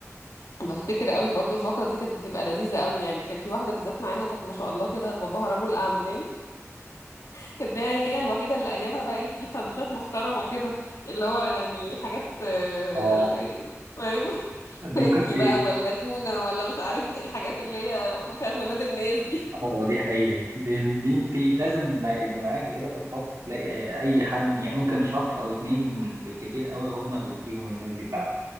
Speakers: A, on the left; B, on the right.
A: بفتكر قوي برضو الفقرة دي كانت بتبقى لذيذة قوي يعني كان في واحدة بالذات معانا كانت ما شاء الله كده باباها رجل أعمال كانت بقى هي الوحيدة اللي أيامها بقى إيه تجيب سندوتشات محترمة كده اللي هو يعني حاجات آه،
B: اه
A: ال- آه، فاهم تركي
B: دي كنت
A: بقى ولا تونة ولا مش عارف إيه الحاجات اللي هي بتاعت ولاد الناس دي
B: اه دي حقيقة دي, دي أنت لازم ما يبقى معاكي كده في الفصل تلاقي أي حد يعني ممكن شخص أو اتنين بالكتير قوي هم اللي فيهم الناس دي فعلا